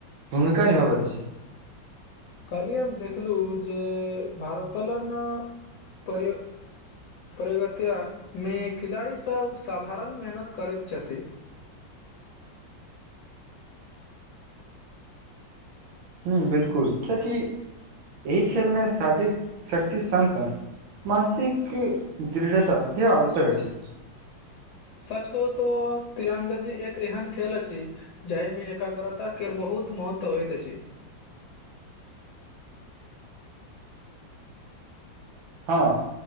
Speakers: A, on the right; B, on the left.
A: भूमिका निभाबैत अछि
B: कहली, हम देखलहुँ जे भारोतलन <unintelligible> प्रगितियामे खिलाड़ी सब साधारण मेहनत करैत छथि
A: हॅं, बिलकुल किएकि एहि खेलमे शारीरिक शक्ति सङ्ग-सङ्ग मानसिक दृढ़ता सेहो आवश्यक अछि
B: सच कहू तो तीरन्दाजी एक एहन खेल अछि जाहिमे एकाग्रता केर बहुत महत्व होइत अछि
A: हँ